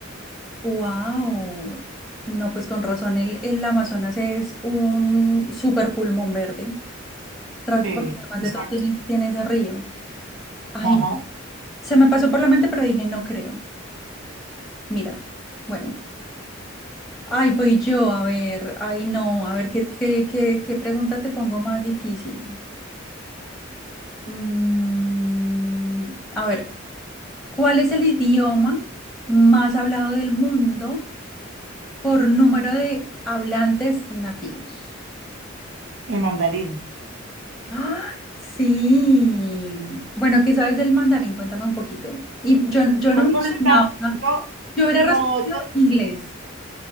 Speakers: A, in the centre; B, on the right.
A: ¡Wow! No, pues con razón, el, el Amazonas es un super pulmón verde. tras-
B: Sí,
A: porque además
B: exacto.
A: de todo tiene, tiene ese río. Ay,
B: Ajá.
A: no. Se me pasó por la mente, pero dije, no creo. Mira, bueno. Ay, voy yo, a ver, ay, no, a ver, ¿qué, qué, qué, qué pregunta te pongo más difícil? Mm, a ver, ¿cuál es el idioma más hablado del mundo por número de hablantes nativos?
B: El mandarín.
A: Ah, sí. Bueno, ¿qué sabes del mandarín? Cuéntame un poquito. Y yo, yo
B: Pues
A: no me
B: no
A: imaginaba,
B: sé nada, no,
A: Yo hubiera
B: no,
A: respondido
B: yo-
A: inglés.